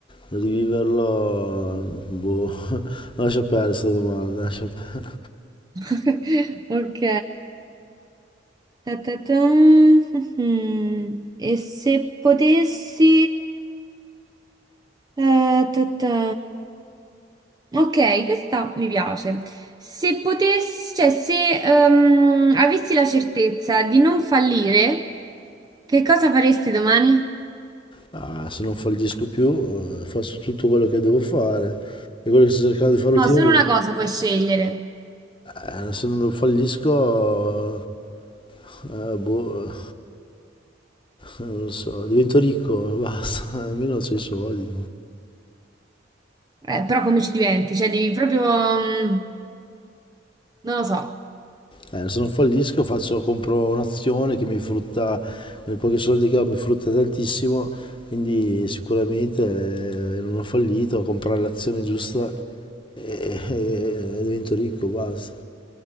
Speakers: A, on the left; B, on the right.
A: riviverlo, boh, <laughs> lascia perdere questa domanda. lascia per-
B: <laughs> Ok. Ta, ta, ta. Mm, mm, mm. E se potessi... Eh, ta ta. Ok, questa mi piace. Se potessi, cioè, se ehm, avessi la certezza di non fallire, che cosa faresti domani?
A: Ah, se non fallisco più, eh, faccio tutto quello che devo fare. E quello che sto cercando di fare ultimamente.
B: No, solo una cosa puoi scegliere.
A: Eh, se non fallisco, eh, boh, non lo so, divento ricco, <laughs> basta, almeno ho i soldi.
B: Eh, però come ci diventi? Cioè, devi proprio... mm, non lo so.
A: Eh, se non fallisco faccio, compro un'azione che mi frutta, con i pochi soldi che ho mi frutta tantissimo, quindi sicuramente eh, non ho fallito, ho comprato l'azione giusta e, e- e divento ricco, basta.